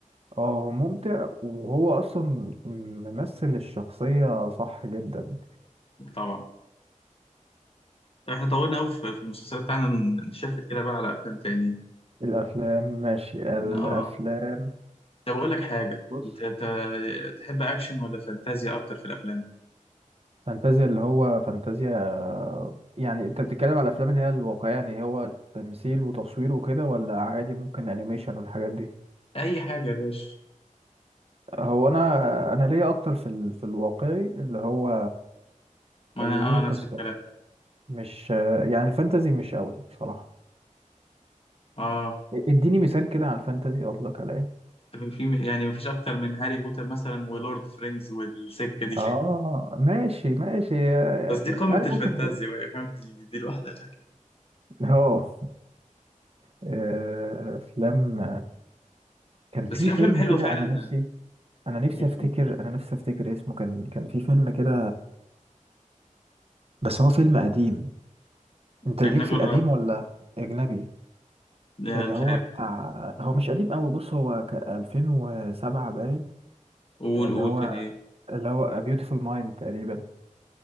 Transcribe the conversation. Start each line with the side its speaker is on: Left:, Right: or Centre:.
Right: اه هو ممتع وهو اصلا ممثل الشخصية صح جدا
Left: طبعا احنا طولنا قوي في في المسلسلات بتاعنا نشفت كده بقى على افلام تاني
Right: والافلام ماشي الافلام
Left: اه طب أقول لك حاجة
Right: بص
Left: أنت ت- تحب أكشن ولا فانتازيا أكتر في الأفلام؟
Right: فانتازيا اللي هو فانتازيا يعني انت بتتكلم على الافلام اللي هي الواقعيه يعني هو تمثيل وتصوير وكده ولا عادي ممكن انيميشن والحاجات دي
Left: أي حاجة يا باشا
Right: هو انا انا ليا اكتر في ال... في الواقعي اللي هو
Left: ما
Right: اللي
Left: أنا
Right: ليه
Left: آه
Right: قصه
Left: نفس الكلام
Right: مش يعني الفانتازي مش قوي بصراحه
Left: آه
Right: اديني مثال كده على الفانتازي قصدك على ايه
Left: طب في يعني مفيش أكتر من هاري بوتر مثلا ولورد فرينجز والسكة دي
Right: اه ماشي ماشي
Left: <laughs> بس دي قمة
Right: عارف
Left: الفانتازيا
Right: وصل جامد
Left: بقى فاهم دي دي لوحدها كده
Right: اه آه، افلام كان في
Left: بس في
Right: فيلم
Left: أفلام حلوة
Right: كده
Left: فعلا
Right: انا نفسي انا نفسي
Left: قول
Right: افتكر
Left: قول.
Right: انا نفسي افتكر اسمه كان كان في فيلم كده بس هو فيلم قديم انت ليك
Left: أجنبي
Right: في القديم
Left: ولا عربي؟
Right: ولا اجنبي
Left: لا
Right: اللي
Left: مش
Right: هو
Left: عارف
Right: بتاع هو مش قديم قوي بص هو ك 2007 باين
Left: قول
Right: اللي
Left: قول
Right: هو
Left: كان إيه؟
Right: اللي هو A Beautiful Mind تقريبا